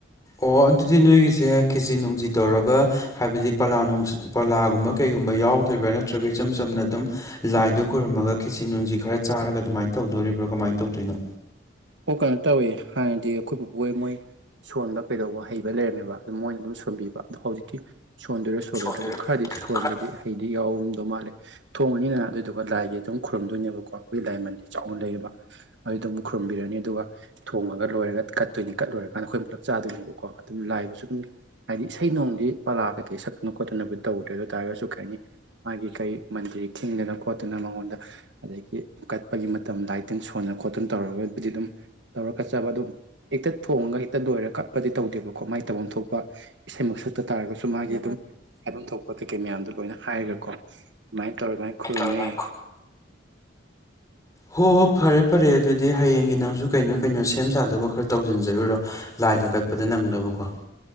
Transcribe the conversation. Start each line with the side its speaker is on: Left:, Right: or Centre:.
Left: ꯑꯣ ꯑꯗꯨꯗꯤ ꯅꯣꯏꯒꯤꯁꯦ ꯈꯦꯆꯤ ꯅꯨꯡꯖꯤ ꯇꯧꯔꯒ ꯍꯥꯏꯕꯗꯤ ꯄꯂꯥ ꯅꯨꯡ ꯄꯂꯥꯒꯨꯝꯕ ꯀꯩꯒꯨꯝꯕ ꯌꯥꯎꯗꯣ꯭ꯔꯥ ꯅꯠꯇ꯭ꯔꯒ ꯏꯆꯝ ꯆꯝꯅ ꯑꯗꯨꯝ ꯂꯥꯏꯗꯨ ꯈꯣꯏꯔꯨꯝꯃꯒ ꯈꯦꯆꯤ ꯅꯨꯡꯁꯤ ꯈꯔ ꯆꯥꯔꯒ ꯑꯗꯨꯃꯥꯏꯅ ꯇꯧꯗꯣꯔꯤꯕ꯭ꯔꯣ ꯀꯃꯥꯏꯅ ꯇꯧꯗꯣꯏꯅꯣ
Right: ꯍꯣꯏ ꯀꯩꯅꯣ ꯇꯧꯋꯤ ꯍꯥꯏꯅꯗꯤ ꯑꯩꯈꯣꯏꯕꯨꯕꯨ ꯍꯣꯏ ꯃꯣꯏ ꯁꯣꯟꯕ ꯀꯩꯗꯧꯕ ꯍꯩꯕ ꯂꯩꯔꯝꯃꯦꯕ ꯑꯗꯨ ꯃꯣꯏꯅ ꯑꯗꯨꯝ ꯁꯣꯟꯕꯤꯕ ꯑꯗꯣ ꯍꯧꯖꯤꯛꯇꯤ ꯁꯣꯟꯗꯣꯏꯔꯥ ꯁꯣꯜꯂꯣꯏꯗ꯭ꯔꯥ
Left: ꯁꯣꯟꯗꯣꯏꯔ
Right: ꯑꯗꯨꯝ ꯈꯔꯗꯤ
Left: ꯑꯗꯨꯝ
Right: ꯁꯣꯟꯕꯗꯤ
Left: ꯈꯔ
Right: ꯍꯩꯗꯤ ꯌꯥꯎꯔꯝꯗꯧ ꯃꯥꯜꯂꯦ ꯊꯣꯡꯉꯅꯤꯅ ꯑꯗꯨꯗꯨꯒ ꯂꯥꯏꯒꯤ ꯑꯗꯨꯝ ꯈꯨꯔꯨꯝꯗꯣꯏꯅꯦꯕꯀꯣ ꯑꯩꯈꯣꯏꯒꯤ ꯂꯥꯏꯃꯟꯗꯤꯔ ꯆꯥꯎꯅ ꯂꯩꯌꯦꯑꯦꯕ ꯑꯗꯨ ꯑꯗꯨꯝ ꯊꯨꯝꯕꯤꯔꯅꯤ ꯑꯗꯨꯒ ꯊꯣꯡꯉꯒ ꯂꯣꯏꯔꯒ ꯀꯠꯇꯣꯏꯅꯤ ꯀꯠ ꯂꯣꯏꯔꯀꯥꯟꯗ ꯑꯩꯈꯣꯏ ꯑꯃꯨꯛꯂꯞ ꯆꯥꯗꯣꯏꯅꯦꯕꯀꯣ ꯑꯗꯨꯝ ꯂꯥꯏꯗꯁꯨ ꯑꯗꯨꯝ ꯍꯥꯏꯗꯤ ꯏꯁꯩ ꯅꯣꯡꯗꯤ ꯄꯥ ꯀꯩꯀꯩ ꯁꯛꯇꯅ ꯈꯣꯠꯇꯅꯕꯨꯗꯤ ꯇꯧꯗ꯭ꯔꯦ ꯑꯗꯨ ꯑꯣꯏ ꯇꯥꯔꯒꯁꯨ ꯀꯩ ꯍꯥꯏꯅꯤ ꯃꯥꯒꯤ ꯀꯩ ꯃꯟꯗꯤꯔ ꯈꯤꯡꯗꯅ ꯈꯣꯠꯇꯅ ꯃꯉꯣꯟꯗ ꯑꯗꯒꯤ ꯀꯠꯄꯒꯤ ꯃꯇꯝ ꯂꯥꯏ ꯇꯤꯟ ꯁꯣꯟꯅ ꯈꯣꯠꯇꯅ ꯇꯧꯔꯒꯕꯨꯗꯤ ꯑꯗꯨꯝ ꯇꯧꯔ ꯀꯠꯆꯕ ꯑꯗꯨꯝ ꯍꯦꯛꯇ ꯊꯣꯡꯉꯒ ꯍꯦꯛꯇ ꯂꯣꯏꯔꯒ ꯀꯠꯄꯗꯤ ꯇꯧꯗꯦꯕꯀꯣ ꯃꯥꯏ ꯇꯧꯐꯝ ꯊꯣꯛꯄ ꯏꯁꯩꯃꯛ ꯁꯛꯇ ꯇꯥꯔꯒꯁꯨ ꯃꯥꯒꯤ ꯑꯗꯨꯝ ꯍꯥꯏꯐꯝ ꯊꯣꯛꯄ ꯀꯩꯀꯩ ꯃꯌꯥꯝꯗꯣ ꯂꯣꯏꯅ ꯍꯥꯏꯔꯒꯀꯣ ꯑꯗꯨꯃꯥꯏꯅ ꯇꯧꯔ ꯑꯗꯨꯃꯥꯏꯅ ꯈꯨꯔꯨꯝꯃꯦ
Left: ꯇꯧꯔꯒ ꯍꯣꯏ ꯍꯣꯏ ꯐꯔꯦ ꯐꯔꯦ ꯑꯗꯨꯗꯤ ꯍꯌꯦꯡꯒꯤ ꯅꯪꯁꯨ ꯀꯩꯅꯣ ꯀꯩꯅꯣ ꯁꯦꯝ ꯁꯗꯧꯕ ꯈꯔ ꯇꯧꯁꯤꯟꯖꯔꯨꯔꯣ ꯂꯥꯏꯗ ꯀꯠꯄꯗ ꯅꯪꯅꯕꯀꯣ